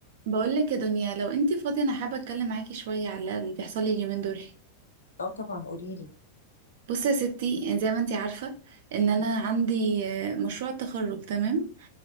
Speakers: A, on the right (about 55°); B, on the left (about 75°).
A: بقولك يا دنيا لو انت فاضية انا حابة اتكلم معاكي شوية على اللي بيحصل لي اليومين دول
B: اه طبعا قولي لي
A: بصي يا ستي يعني زي ما انت عارفة ان انا عندي آه، مشروع تخرج تمام